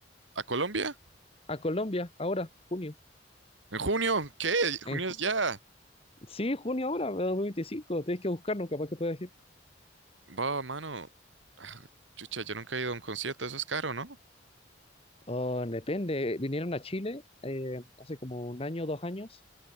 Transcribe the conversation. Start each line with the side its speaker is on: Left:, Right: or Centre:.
Right: ¿a Colombia?
Left: A Colombia, ahora, junio.
Right: ¿En junio? ¿Qué?
Left: En
Right: ¿Junio
Left: ju-
Right: es ya?
Left: sí, junio ahora, de 2025. Tienes que buscarlo, capaz que puedas ir.
Right: Va, mano. Ah, Chucha, yo nunca he ido a un concierto, eso es caro, ¿no?
Left: Oh, depende. Vinieron a Chile eh, hace como un año, dos años,